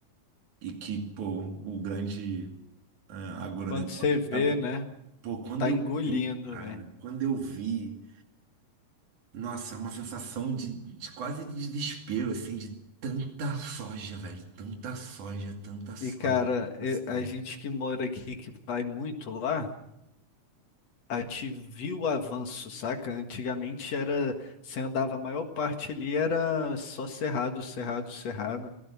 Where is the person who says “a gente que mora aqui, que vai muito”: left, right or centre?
Left